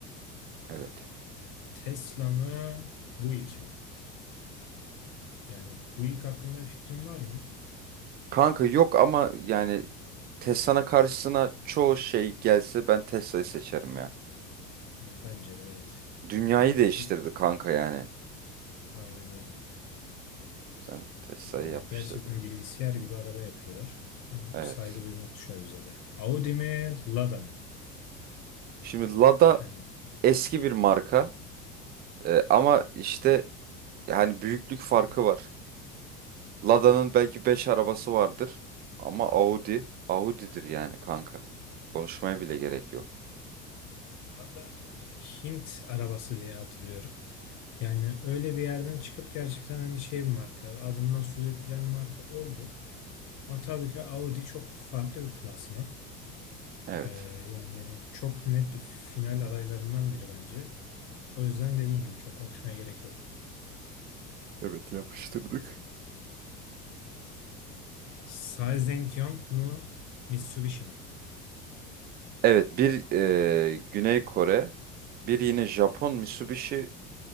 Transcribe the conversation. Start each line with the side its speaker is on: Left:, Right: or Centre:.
Right: evet.
Left: Tesla mı, Buick mi? Yani bu ilk hakkında bir fikrin var mı?
Right: Kanka yok ama yani Tesla'nın karşısına çoğu şey gelse ben Tesla'yı seçerim ya.
Left: Yani bence de evet.
Right: Dünyayı
Left: Yani
Right: değiştirdi
Left: bir,
Right: kanka yani.
Left: aynen öyle.
Right: Sen Tesla'yı
Left: Yani
Right: yapıştırdın.
Left: gerçekten bilgisayar gibi araba yapıyorlar. Hı,
Right: Evet.
Left: Saygı duymak düşer bize de. Audi mi, Lada mı?
Right: Şimdi Lada
Left: Yani
Right: eski bir marka e, ama işte yani büyüklük farkı var. Lada'nın belki 5 arabası vardır ama Audi Audi'dir yani kanka. Konuşmaya bile gerek yok.
Left: evet, Lada e, Hint arabası diye hatırlıyorum. Yani öyle bir yerden çıkıp gerçekten hani şey bir marka, adından söz ettiren bir marka oldu. Ama tabii ki Audi çok farklı bir klasman.
Right: Evet.
Left: Ee, yani çok net bir final adaylarından biri bence. O yüzden dediğin gibi çok konuşmaya gerek yok.
Right: Evet yapıştırdık.
Left: Saizenkyong mu? Mitsubishi mi?
Right: Evet bir e, Güney Kore bir yine Japon Mitsubishi